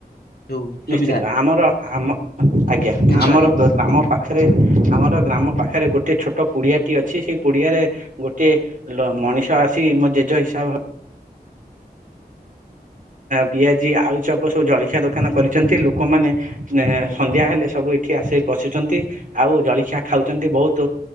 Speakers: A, on the left; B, on the right.
A: ସବୁ ସୁବିଧା
B: ନିଶ୍ଚିନ୍ତ ଆମର ଆମ ଆଜ୍ଞା
A: ଜିନିଷ
B: ଆମର
A: ଆଣିବାକୁ।
B: ଆମ ପାଖ ପାଖରେ ଆମର ଗ୍ରାମ ପାଖରେ ଗୋଟେ ଛୋଟ କୁଡ଼ିଆଟି ଅଛି ସେ କୁଡ଼ିଆରେ ଗୋଟେ ଲ ମଣିଷ ଆସି ମୋ ଜେଜ ହିସାବ ପିଆଜି ଆଳୁଚପ୍ ସବୁ ଜଳଖିଆ ଦୋକାନ କରିଛନ୍ତି ଲୋକମାନେ ସନ୍ଧ୍ୟା ହେଲେ ସବୁ ଏଠି କଆସି ବସୁଛନ୍ତି ଆଉ ଜଳଖିଆ ଖାଉଛନ୍ତି ବହୁତୁ।